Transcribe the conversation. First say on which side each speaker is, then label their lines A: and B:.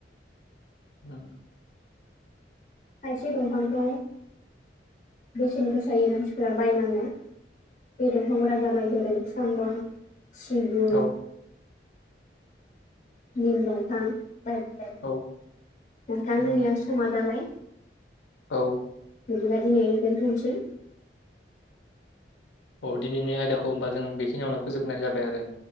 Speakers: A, on the left; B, on the left.
A: उम
B: खायसे दंफांखौ बेसेन गोसायै मानसिफोरा बायनाङो बे दंफांफ्रा जाबाय जेरै सान्द, सिगुन
A: औ
B: निल दंफां बायदि बायदि
A: औ
B: नोंथां
A: उम
B: जोंनिया समा जाबाय।
A: औ
B: बिदिबा दिनै दोनथ'सै।
A: औ दिनैनि आयदाखौ होमबा जों बेखिनियावनो फोजोबनाय जाबाय आरो।